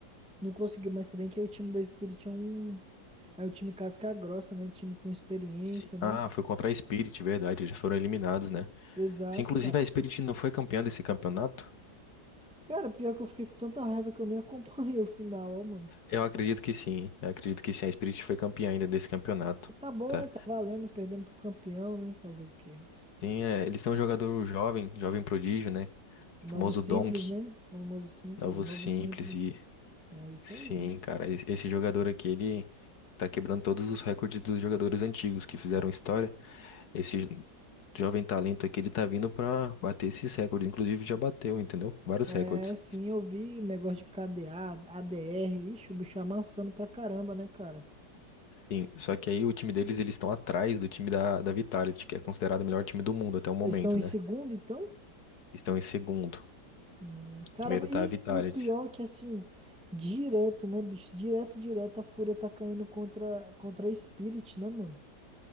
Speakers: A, in the centre; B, on the left.
A: não conseguiu. Mas se bem que o time da Spirit é um, é o time casca grossa, né? Time com experiência,
B: Se-
A: né?
B: Ah, foi contra a Spirit, verdade. Eles foram eliminados, né?
A: Exato,
B: Se inclusive
A: cara.
B: a Spirit não foi campeã desse campeonato,
A: Cara, pior que eu fiquei com tanta raiva que eu nem <laughs> acompanhei o final, ó, mano.
B: eu acredito que sim. Eu acredito que sim, a Spirit foi campeã ainda desse campeonato.
A: Tá bom,
B: Tá?
A: né? Tá valendo, perdemos pro campeão, né? Fazer o quê?
B: Tem, é, eles têm um jogador jovem, jovem prodígio, né?
A: O novo
B: O Famoso
A: simples,
B: Donk,
A: né? O famoso simples.
B: novo
A: O novo
B: simples.
A: simples.
B: E
A: É isso
B: Sim,
A: aí.
B: cara, e- esse jogador aqui, ele tá quebrando todos os recordes dos jogadores antigos que fizeram história. Esse jovem talento aqui, ele tá vindo pra bater esses recordes, inclusive já bateu, entendeu? Vários
A: É,
B: recordes.
A: sim, eu vi negócio de KDA, ADR. Ixi, o bicho amassando pra caramba, né, cara?
B: Sim, só que aí o time deles, eles estão atrás do time da, da Vitality, que é considerado o melhor time do mundo até o momento,
A: Eles estão em
B: né?
A: segundo, então?
B: Estão em segundo.
A: Hum, caramba,
B: Primeiro
A: e,
B: tá a Vitality.
A: e o pior é que, assim, direto, né, bicho? Direto, direto, a Fúria tá caindo contra, contra a Spirit, né, mano?